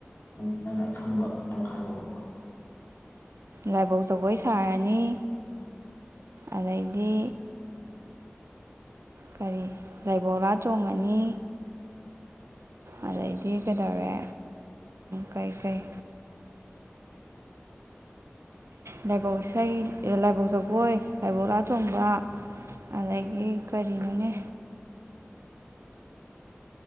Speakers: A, on the left (about 50°); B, on the right (about 75°).
A: ꯁꯨꯝꯪꯛ ꯈꯪꯕ ꯈꯤꯇꯪ ꯍꯥꯏꯔꯛꯑꯣꯕ
B: ꯂꯥꯏꯕꯧ ꯖꯒꯣꯏ ꯁꯥꯔꯅꯤ ꯑꯗꯩꯗꯤ ꯀꯔꯤ ꯂꯥꯏꯕꯧꯂꯥ ꯆꯣꯡꯉꯅꯤ ꯑꯗꯩꯗꯤ ꯀꯩꯗꯧꯔꯦ ꯀꯩꯀꯩ ꯂꯥꯏꯕꯧ ꯏꯁꯩ ꯂꯥꯏꯕꯧ ꯖꯒꯣꯏ ꯂꯥꯏꯕꯧ ꯂꯥ ꯆꯣꯡꯕ ꯑꯗꯒꯤ ꯀꯔꯤꯅꯣꯅꯦ